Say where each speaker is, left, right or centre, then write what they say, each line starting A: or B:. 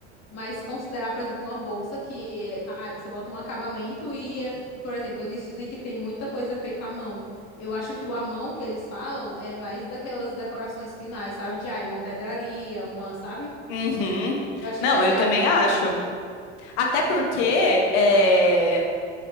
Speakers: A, on the left; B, on the left.
A: Mas considerar, por exemplo, uma bolsa que é- ah, você bota um acabamento e é, por exemplo, eles dizem que tem muita coisa feita à mão. Eu acho que o à mão que eles falam é mais daquelas decorações finais, sabe? De ah, uma pedraria, uma, sabe?
B: Uhum.
A: Eu acho que
B: Não,
A: não vai ser
B: eu
A: a
B: também
A: bolsa
B: acho.
A: mesmo.
B: Até porque é,